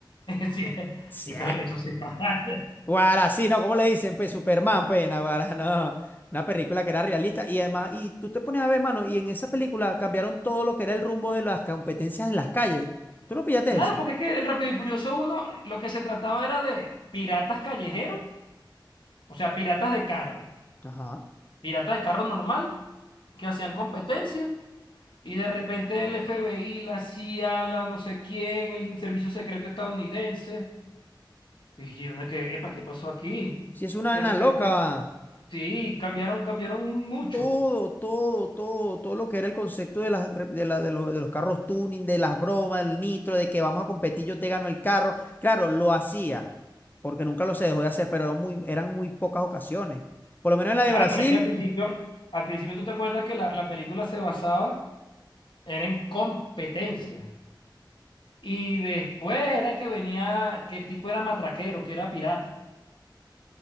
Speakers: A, on the left; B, on the left.
A: <laughs> Sí,
B: ¡sí!
A: esa- eso sí <laughs> pasa.
B: Guara, sí, no, ¿cómo le dicen? Pues Superman, pues, guara, <laughs> no. Una película que era realista y además, y tú te pones a ver, mano, y en esa película cambiaron todo lo que era el rumbo de las competencias en las calles. ¿Tú no pillaste
A: Claro,
B: eso?
A: porque es que en Rápido y Furioso uno, lo que se trataba era de piratas callejeros, o sea, piratas de carro,
B: Ajá.
A: piratas de carro normal, que hacían competencia, y de repente el FBI, la CIA, la no sé quién, el servicio secreto estadounidense, y uno que, epa, ¿qué pasó aquí?
B: Sí, es una
A: De
B: nena
A: repente,
B: loca.
A: sí, cambiaron, cambiaron mucho.
B: Todo, todo, todo, todo lo que era el concepto de, las, re- de, la- de, lo- de los carros tuning, de las bromas, del nitro, de que vamos a competir, yo te gano el carro. Claro, lo hacían, porque nunca lo se dejó de hacer, pero eran muy, eran muy pocas ocasiones. Por lo menos en la
A: Claro,
B: de Brasil.
A: pero es que al principio, al principio tú te acuerdas que la, la película se basaba, era en competencia. Y después era que venía, que el tipo era matraquero, que era pirata.